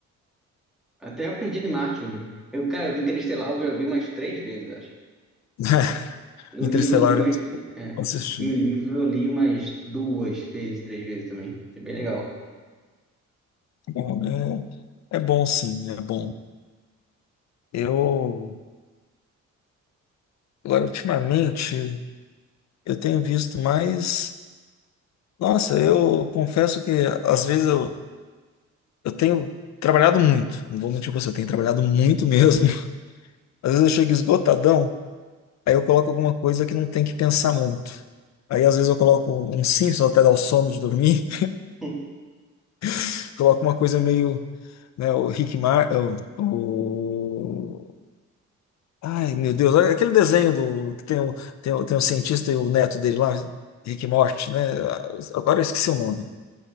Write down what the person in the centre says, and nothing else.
Até o Perdido em Marte eu vi. Eu, cara, eu vi Interestelar, eu já vi umas três vezes, acho.
E
o livro eu li umas.
É.
E o livro eu li umas duas vezes, três vezes também. Foi bem legal.
<laughs>